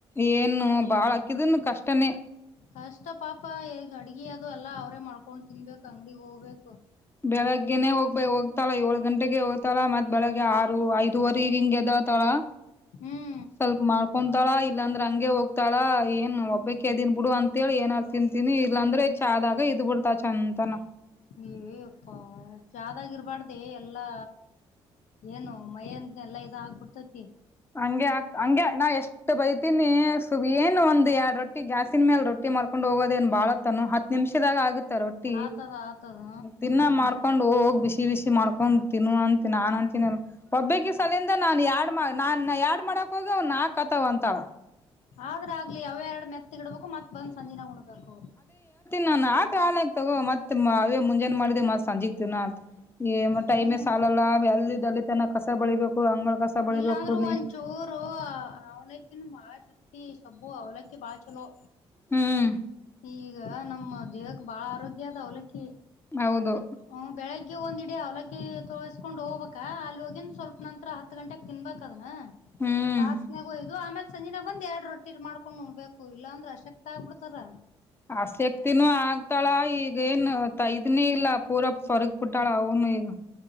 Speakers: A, on the left; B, on the left.
A: ಏನು ಬಾಳ್ ಹಾಕಿದನ್ ಕಷ್ಟನೇ
B: ಕಷ್ಟ ಪಾಪ ಈಗ ಅಡ್ಗೆ ಅದು ಎಲ್ಲ ಅವ್ರೇ ಮಾಡ್ಕೊಂಡು ತಿನ್ಬೇಕು ಅಂಗ್ಡಿಗೆ ಹೋಗ್ಬೇಕು
A: ಬೆಳಗ್ಗೆನೆೇ ಹೋಗ್ಬ ಹೋಗ್ತಾಳ ಏಳ ಗಂಟೆಗೆ ಹೋಗ್ತಾಳ ಮತ್ ಬೆಳಗ್ಗೆ ಆರು ಐದುವರೆಗೆ ಹಿಂಗಗೆ ಎದತಾಳ.
B: ಹ್ಮ್.
A: ಸ್ವಲ್ಪ ಮಾಡ್ಕೊತಾಳ ಇಲ್ಲಾಂದ್ರೆ ಹಂಗೆ ಹೋಗ್ತಾಳ ಏನ್ ಒಬ್ಬಕ್ಕೆದನ್ ಬಿಡು ಅಂತೇಳಿ ಏನ್ರ್ ತಿನ್ಂತೀನಿ ಇಲ್ಲಾಂದ್ರೆ ಚ ಆದಾಗ ಇದ್ ಬಿಡ್ತಾ ಚಂದನ.
B: ಏ ಯಪ್ಪಾ ಚಾದಾಗ ಇರಬಾರಡದ ಏ ಎಲ್ಲಾ ಏನು ಮೈಯಂದ ಎಲ್ಲಾ ಇದ ಆಗ್ಬಿಡ್ತೈತಿ
A: ಹಂಗೆ ಆ ಹಂಗೆ ನಾ ಎಷ್ಟು ಬೈತೀನಿ ಸು ಏನ್ ಒಂದ್ ಎರಡ್ ರೊಟ್ಟಿ ಗ್ಯಾಸನ್ ಮೇಲ್ ರೊಟ್ಟಿ ಮಾಡ್ಕೊಂಡು ಹೋಗೋದೇಏನ್ ಬಾಳ ಹೊತ್ತನು ಹತ್ ನಿಮಿಷದಾಗ ಆಗುತ್ತ ರೊಟ್ಟಿ
B: ಆತದ ಆತದ
A: ದಿನ್ನಾ ಮಾಡ್ಕೊಂಡ್ ಹೋಗ್ ಬಿಸಿ ಬಿಸಿ ಮಾಡ್ಕೊಡ್ ತಿನ್ನುವಂತಿ ಅಂತ ನಾನ್ ಅಂತಿನಲ್ಲ ಒಬ್ಬಕಿ ಸಲಂದೇ ನಾನ್ ಎರಡ ನಾನ್ ಎಡ್ ಮಾಡಕ್ ಹೋಗವ್ ನಾ ಕತಾವ ಅಂತಾಳ
B: ಆದ್ರ ಆಗ್ಲಿ ಅವ ಎರಡು ಮೆತ್ ಮತ್ತಗಿಡಬೇಕು ಮತ್ ಬಂದ್ ಸಂಜಿನಗ ಉಣಬೇಕು
A: ನಾನನ್ ಆತ ಹಾಕ್ ತಗೋ ಮತ್ ಅದೇ ಮುಂಜೆನ್ ಮಾಡಿದೆ ಮತ್ ಸಂಜೆಗ್ ತಿನ್ನಲ. ಏ ಮ
B: ಹ್ಮ್
A: ಟೈಮೆ ಸಾಲಲ್ಲ ಅಲ್ಲಿಲ್ಲಿ ತನಕ ಕಸ ಬಳಿಬೇಕು. ಅಂಗಳ ಕಸ ಬಳಿಬೇಕು
B: ಇಲ್ಲ ಅಂದ್ರರು
A: ನೀ
B: ಒಂದಚೂರು ಅವಲಕ್ಕಿನು ಬಾಳ ಶಕ್ತಿ ಸಬ್ಬು ಅವಲಕ್ಕಿ ಬಾ ಚಲೋ.
A: ಹ್ಮ್
B: ಈಗ ನಮ್ಮ ದೇಹಕ್ಕೆ ಬಹಳ ಆರೋಗ್ಯ ಅದ ಅವಲಕ್ಕಿ
A: ಹೌದು.
B: ಹ್ಮ ಬೆಳಗ್ಗೆ ಒಂದ್ ಇಡೀ ಅವಲಕ್ಕಿ ತೊಸ್ಕೊಂಡ್ ಹೋಗ್ಬೇಕ ಅಲ್ಲಿ ಹೋಗಿನ್ ಸ್ವಲ್ಪ್ ನಂರ ಹತ್ತು ಗಂಟೆ ತಿನ್ಬೇಕ ಅದನ.
A: ಹ್ಮ್
B: ಬಾಕ್ಸ್ನಾಗ್ ಇದು ಆಮೇಲೆ.. ಸಂಜೆಿನ ಬಂದ್ ಎರಡ್ ರೊಟ್ಟಿರ್ ಮಾಡ್ಕೊಂಡ್ ನೋಡ್ಬೇಕು ಇಲ್ಲಾಂದ್ರೆಸಕ್ತ ಆಗ್ಬ ಬಿಡ್ತಾರ.
A: ಆಸ ಆಕ್ತಿನೂ ಆಗ್ತಾಳ ಈಗ ಏನು ತೈದನಿ ಇಲ್ಲ ಪೂರಾ ಸರ್ಗ್ ಪುಟ್ಟಾಳ ಅವನು ಈಗ.